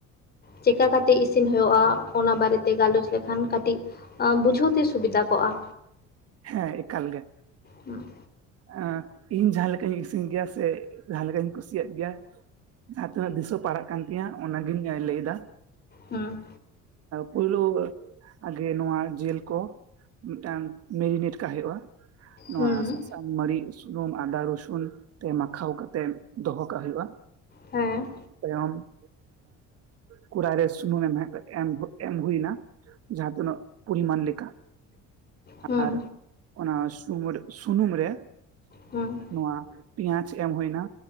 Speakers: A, on the left; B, on the right.
A: ᱪᱮᱠᱟ ᱠᱟᱛᱮ ᱤᱥᱤᱱ ᱦᱳᱭᱩᱜᱼᱟ ᱚᱱᱟ ᱵᱟᱨᱮᱛᱮ ᱜᱟᱞᱚᱪ ᱞᱮᱠᱷᱟᱱ ᱠᱟᱹᱴᱤᱡ᱾ ᱟᱸ ᱵᱩᱡᱷᱟᱹᱣ ᱛᱮ ᱥᱩᱵᱤᱫᱟ ᱠᱚᱜᱼᱟ᱾
B: ᱦᱮᱸ ᱮᱠᱟᱞ ᱜᱮ᱾
A: ᱦᱩᱸ
B: ᱮᱸ ᱤᱧ ᱡᱟᱸᱦᱟ ᱞᱮᱠᱟᱧ ᱤᱥᱤᱱ ᱜᱮᱭᱟ ᱥᱮ ᱡᱟᱸᱦᱟ ᱞᱮᱠᱟᱧ ᱠᱩᱥᱤᱭᱟᱜ ᱜᱮᱭᱟ, ᱡᱟᱦᱟᱸ ᱛᱤᱱᱟᱹᱜ ᱫᱤᱥᱟᱹ ᱯᱟᱲᱟᱜ ᱠᱟᱱ ᱛᱤᱧᱟᱹ ᱚᱱᱟᱜᱤᱧ ᱞᱟᱹᱭ ᱫᱟ᱾
A: ᱦᱩᱸ᱾
B: ᱯᱳᱭᱞᱩ ᱟᱜᱮ ᱱᱚᱣᱟ ᱡᱤᱞ ᱠᱚ ᱢᱤᱫᱴᱟᱝ ᱢᱮᱨᱤᱱᱮᱴ ᱠᱟᱜ ᱦᱩᱭᱩᱜᱼᱟ ᱱᱚᱣᱟ
A: ᱦᱩᱸ,
B: ᱥᱟ ᱥᱟᱝ ᱢᱟᱹᱨᱤᱪ ᱥᱩᱱᱩᱢ ᱟᱸᱫᱟ ᱨᱩᱥᱩᱱ ᱛᱮ ᱢᱟᱠᱷᱟᱣ ᱠᱟᱛᱮ ᱫᱚᱦᱚ ᱠᱟᱜ ᱦᱩᱭᱩᱜᱼᱟ᱾
A: ᱦᱮᱸ᱾
B: <unintelligible> ᱟᱸ ᱠᱚᱨᱟᱭ ᱨᱮ ᱥᱩᱱᱩᱢ ᱮᱢ ᱮᱢ ᱦᱩᱭᱱᱟ ᱡᱟᱦᱟᱸ ᱛᱤᱱᱟᱹᱜ ᱯᱚᱨᱤᱢᱟᱱ ᱞᱮᱠᱟ,
A: ᱦᱩᱸ
B: ᱟᱨ ᱚᱱᱟ ᱥᱩᱢᱟᱹᱨ ᱥᱩᱱᱩᱢ ᱨᱮ
A: ᱦᱩᱸ᱾
B: ᱱᱚᱣᱟ ᱯᱮᱸᱭᱟᱡ ᱮᱢ ᱦᱩᱭᱱᱟ